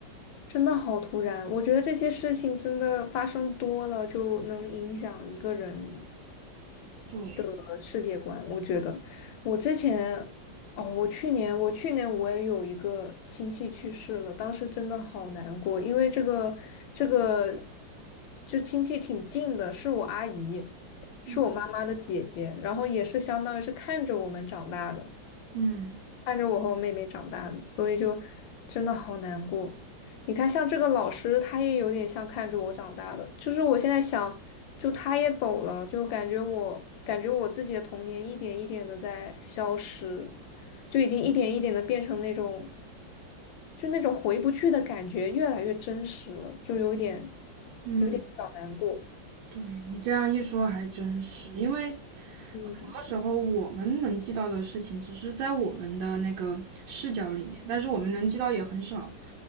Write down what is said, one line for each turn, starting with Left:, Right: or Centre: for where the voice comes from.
Left: 真的好突然！我觉得这些事情真的发生多了，就能影响一个人。
Right: 对，
Left: 的世界观，我觉得我之前哦，我去年我去年我也有一个亲戚去世了，当时真的好难过，因为这个这个就亲戚挺近的，是我阿姨，是我妈妈的姐姐，
Right: 嗯
Left: 然后也是相当于是看着我们长大的。
Right: 嗯
Left: 看着我和我妹妹长大的，所以就真的好难过。你看，像这个老师，他也有点像看着我长大的。就是我现在想，就他也走了，就感觉我感觉我自己的童年一点一点的在消失，就已经一点一点的变成那种，就那种回不去的感觉，越来越真实了，就有点
Right: 嗯。
Left: 有点小难过。
Right: 对，你这样一说还真是，因为很多时候我们能记到的事情，
Left: 嗯，
Right: 只是在我们的那个视角里面，但是我们能记到也很少。